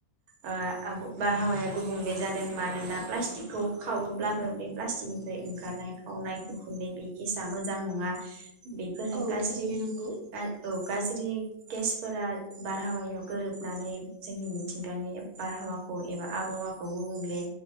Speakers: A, on the right; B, on the right.
A: ओ <unintelligible> बारहावाया गुबुंले जादों मानोना प्लास्टिकखौ खावोब्लाबो बे प्लास्टिकनिफ्राय ओंखारनाय खावनाय उखुन्दै बे गेसआ मोजां नङा बे बेफोर
B: औ
A: गाज्रि
B: थारैनो नंगौ
A: औ। गाज्रि गेसफोरा बारहावायाव गोरोबनानै जोंनि मिथिंगानि बारहावा खौ एबा आबहावाखौ गुबुंले